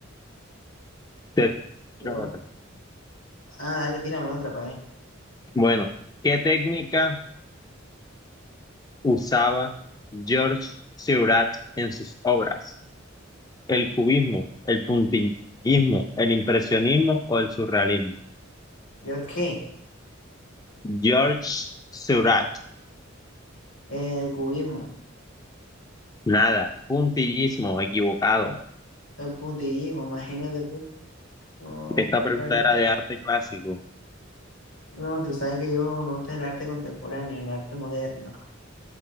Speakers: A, on the left (about 20°); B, on the left (about 85°).
A: Te tiro
B: Otro.
A: otra.
B: Ah, dale, tírame otra, pa ver.
A: Bueno, ¿qué técnica? usaba Georges Seurat en sus obras? ¿El cubismo, el puntillismo, el impresionismo o el surrealismo?
B: ¿Yo qué?
A: Georges Seurat,
B: Eh, el cubismo,
A: nada, puntillismo, equivocado.
B: el puntillismo, imagínate tú. No,
A: Esta pregunta
B: bueno.
A: era de arte clásico.
B: No, tú sabes que yo me gusta el arte contemporáneo, el arte moderno.